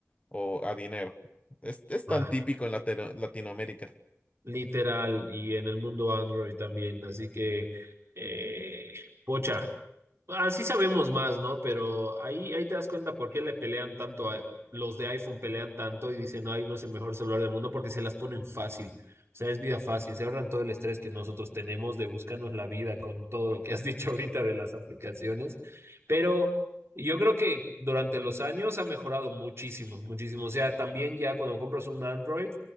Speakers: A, on the left; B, on the right.
A: o a dinero. Es, es
B: Ah,
A: tan típico en Latino- Latinoamérica.
B: literal, y en el mundo Android también. Así que, eh, pocha. Así sabemos más, ¿no? Pero ahí, ahí te das cuenta por qué le pelean tanto a los de iPhone pelean tanto y dicen, ay, no es el mejor celular del mundo porque se las ponen fácil. O sea, es vida fácil, se ahorran todo el estrés que nosotros tenemos de buscarnos la vida con todo lo que has <laughs> dicho ahorita de las aplicaciones. Pero yo creo que durante los años ha mejorado muchísimo, muchísimo. O sea, también ya cuando compras un Android,